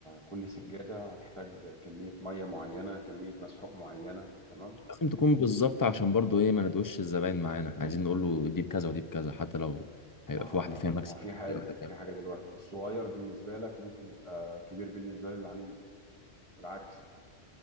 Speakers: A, in the centre; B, on the left (about 25°).
A: كل سجادة هتحتاج كمية مية معينة كمية مسحوق معينة تمام
B: لازم تكون بالظبط عشان برضو ايه ما ندوش الزباين معانا احنا عايزين نقول له دي بكذا ودي بكذا حتى لو هيبقى
A: ما
B: في واحده فيها مكسب
A: ما هو في حاجة
B: هي واحده فيها
A: في حاجة دلوقتي الصغير بالنسبة لك ممكن يبقى كبير بالنسبة للعميل والعكس